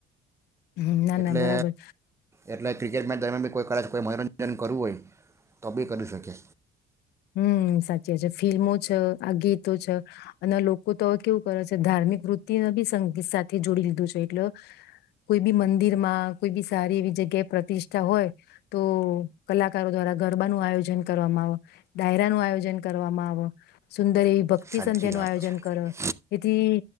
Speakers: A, on the left; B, on the right.
A: હું ના
B: એટલે
A: ના બરાબર.
B: એટલે ક્રિકેટ મેચ દરમિયાન બી કોઈ કદાચ કોઈ મનોરંજન કરવું હોય તો બી કરી શકીયે છે.
A: હમ્મ, સાચી વાત છે. ફિલ્મો છે આ ગીતો છે અને લોકો તો કેવું કરે છે ધાર્મિક વૃત્તિ બી સંગીત સાથે જોડી લીધું છે એટલે કોઈ બી મંદિર માં કોઈ બી સારી એવી જગ્યાએ પ્રતિષ્ઠા હોય તો કલાકારો દ્વારા ગરબાનું આયોજન કરવામાં આવે. ડાયરા નું આયોજન કરવામાં આવ સુંદરી ભક્તિ
B: સાચી
A: સંધ્યા નું
B: વાત
A: આયોજન
B: છે
A: કર એથી